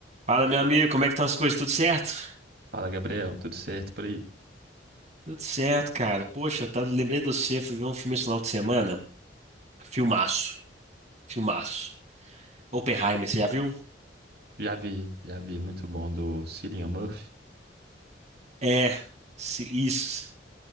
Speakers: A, on the right (about 40°); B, on the right (about 60°).
A: Fala, meu amigo, como é que estão as coisas? Tudo certo?
B: Fala, Gabriel, tudo certo por aí?
A: Tudo certo, cara. Poxa, tá, lembrei de você, fui ver um filme esse final de semana. Filmaço, filmaço. Oppenheimer, você já viu?
B: Já vi, já vi, muito bom do Cillian Murphy,
A: É, se- isso,